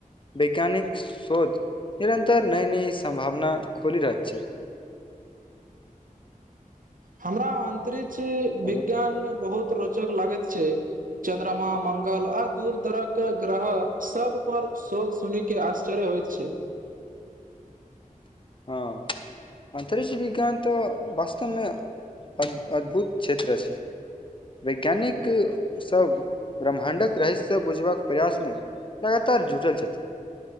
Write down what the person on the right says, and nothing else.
हमरा अंतरिक्ष
विज्ञान बहुत रोचक लागैत छै चन्द्रमा मंगल आ दूर दरक ग्रह सब पर शोध सुनि के आश्चर्य होइत छै